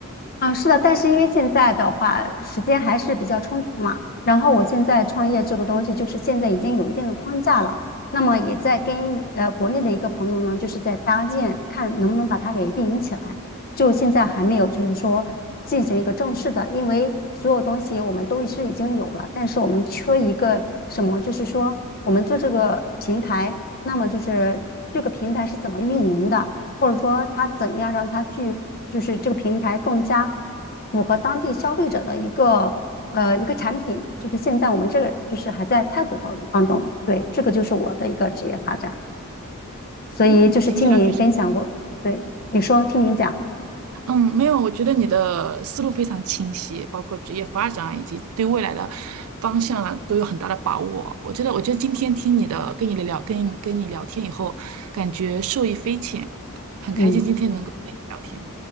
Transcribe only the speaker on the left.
啊，是的，但是因为现在的话，时间还是比较充足嘛。然后我现在创业这个东西，就是现在已经有一定的框架了。那么也在跟呃国内的一个朋友呢，就是在搭建，看能不能把它给运营起来。就现在还没有，就是说进行一个正式的，因为所有东西我们都是已经有了，但是我们缺一个什么，就是说我们做这个平台，那么就是这个平台是怎么运营的？或者说他怎样让他去，就是这个平台更加符合当地消费者的一个呃一个产品，就是现在我们这个就是还在探索当当中。对，这个就是我的一个职业发展，所以就是听你分享过，
对，你说，听你讲，
嗯，